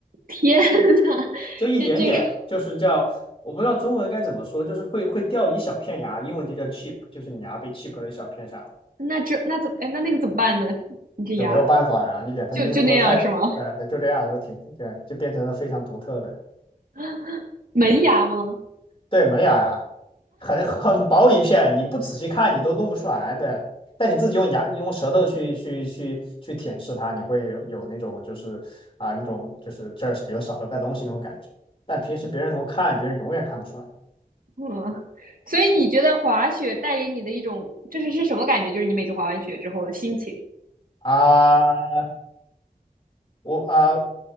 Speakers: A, on the right; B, on the left.
A: 天呐，
B: 就一点点，
A: 那这个
B: 就是叫我不知道中文该怎么说，就是会会掉一小片牙，英文就叫 chip，就是你牙被 chip 了一小片下来，
A: 那这那怎哎那那个怎么办呢？你这牙
B: 就没有办法呀、一点他医生说太，
A: 就就那样是吗？
B: 对对，就这样，就挺对，就变成了非常独特的，
A: <laughs> 门牙吗？
B: 对对，门牙呀。很很薄一片，你不仔细看你都弄不出来对，但你自己用牙、你用舌头去去去去舔舐它，你会有有那种就是啊那种就是这儿比较少的块东西那种感觉。但平时别人从看，别人永远看不出来
A: 嗯，所以你觉得滑雪带给你的一种，就是是什么感觉？就是你每次滑完雪之后的心情？
B: 啊。我啊，